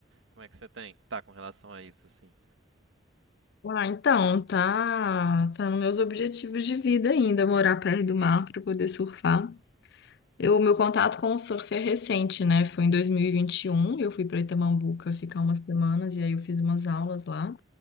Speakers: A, on the right; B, on the left.
A: Como é que você tem, tá com relação a isso, assim?
B: Ah, então, tá, tá nos meus objetivos de vida ainda, morar perto do mar para poder surfar. Eu, meu contato com o surf é recente, né? Foi em dois mil e e vinte e um. eu fui para Itamambuca ficar umas semanas e aí eu fiz umas aulas lá.